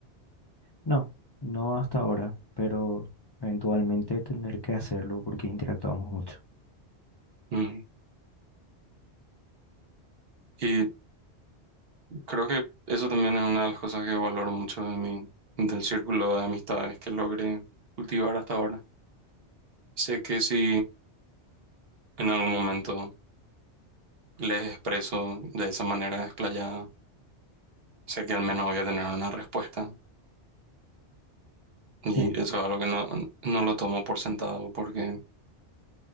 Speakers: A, on the left; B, on the right.
A: no, no hasta ahora, pero eventualmente tendré que hacerlo porque interactuamos mucho.
B: Ujú. Y Creo que eso también es una de las cosas que valoro mucho de mi, del círculo de amistades que logré cultivar hasta ahora. Sé que si en algún momento les expreso de esa manera desplayada, sé que al menos voy a tener una respuesta. Y
A: <laughs>
B: eso es algo que no, no lo tomo por sentado porque,